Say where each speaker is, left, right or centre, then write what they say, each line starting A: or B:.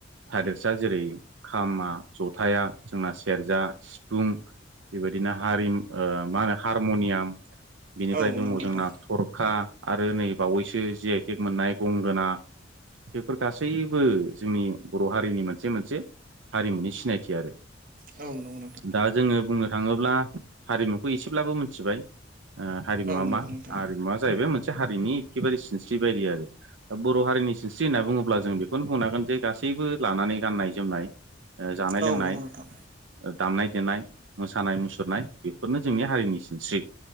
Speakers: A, on the right; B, on the right.
A: थादेरसा जेरै खामा जथाया जोंना सेरजा सिफुं बेबायदिनो हारिम मा होनो हारमनियाम बिनिफ्राय
B: औ
A: दङ
B: नंगौ नोंथां
A: जोंना थरखा आरो नै बावैसो जि आइटेक मोननाय गंगोना बेफोर गासैबो जोंनि बर' हारिनि मोनसे मोनसे हारिमुनि सिनायथि आरो।
B: औ नंगौ।
A: दा जोङो बुंनो थाङोब्ला हारिमुखौ एसेब्लाबो मिथिबाय। ओ हारिमुवा
B: औ नंगौ
A: मा
B: नोंथां
A: हारिमुवा जाहैबाय मोनसे हारिनि एखेबारे सिनस्रि बायदि आरो। दा बर' हारिनि सिनस्रि होनना बुङोब्ला जों बेखौनो बुंनांगोन जे गासैबो लानानै गाननाय जोमनाय ओ जानाय
B: औ
A: लोंनाय
B: नंगौ नोंथां
A: ओ दामनाय देनाय मोसानाय मुसुरनाय बेफोरनो जोंनि हारिनि सिनस्रि।